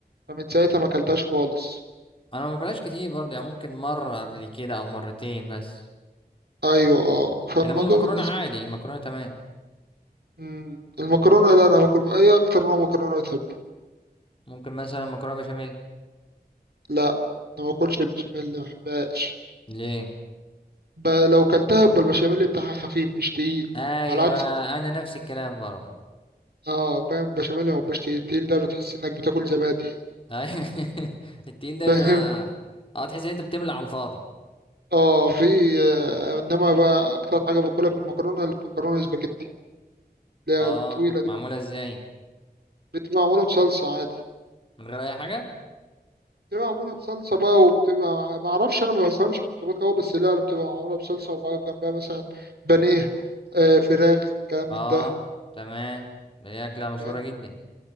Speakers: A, on the right (about 70°); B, on the left (about 30°).
A: فمن ساعتها ما اكلتهاش خالص
B: انا ما باكلهاش كتير برضه يعني ممكن مره قبل كده او مرتين بس
A: ايوه اه فالموضوع
B: انما المكرونه
A: بالنسبه
B: عادي المكرونه تمام
A: مم. المكرونه لا انا باكل ايه اكتر نوع مكرونه بتحبه
B: ممكن مثلا مكرونه بشاميل
A: لا انا ما باكلش البشاميل ما بحبهاش
B: ليه
A: ب... لو كلتها يبقى البشاميل بتاعها خفيف مش تقيل
B: ايوه
A: على عكس
B: انا نفس الكلام برضو
A: اه فاهم البشاميل او البش تقيل تقيل ده بتحس انك بتاكل زبادي
B: أيوة. <laughs> التقيل ده
A: <laughs> فاهم
B: بيبقى اه تحس ان انت بتملى على الفاضي
A: اه في آه انما بقى اكتر حاجه باكلها في المكرونه المكرونه السباكيتي اللي هي
B: اه
A: الطويله دي
B: معموله ازاي
A: بتبقى معموله بصلصه عادي
B: من غير اي حاجه
A: بتبقى معمولة بصلصة بقى وبتبقى ما اعرفش انا ما بفهمش في الطبخ قوي بس لا بتبقى معمولة بصلصة وبقى جنبها مثلا بانيه آه فراخ كلام من
B: اه
A: ده
B: تمام دي اكله مشهوره
A: فاهم
B: جدا